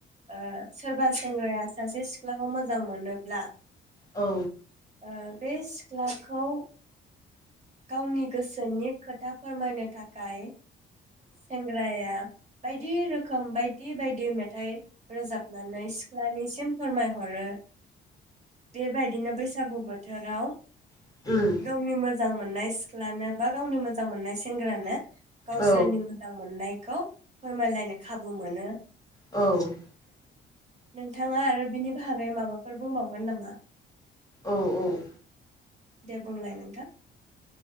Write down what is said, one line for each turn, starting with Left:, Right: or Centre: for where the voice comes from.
Right: ओ सोरबा सेंग्राया सासे सिख्लाखौ मोजां मोनोब्ला
Left: औ
Right: ओ बे सिख्लाखौ गावनि गोसोनि खोथा फोरमायनो थाखाय सेंग्राया बायदि रोखोम बायदि बायदि मेथाइ रोजाबनानै सिख्लानिसिम फोरमायहरो बेबायदिनो बैसागु बोथोराव
Left: औ उम
Right: गावनि मोज जां मोननाय सिख्लानो बा गावनि मोजां मोननाय सेंग्रानो गावसोरनि
Left: औ
Right: मोजां मोननाय। खौ फोरमायलायनो खाबु मोनो।
Left: औ
Right: नोंथाङा आरो बिनि भागै माबाफोर बुंबावगोन नामा?
Left: औ औ
Right: दे बुंलाय नोंथां। <inaudible>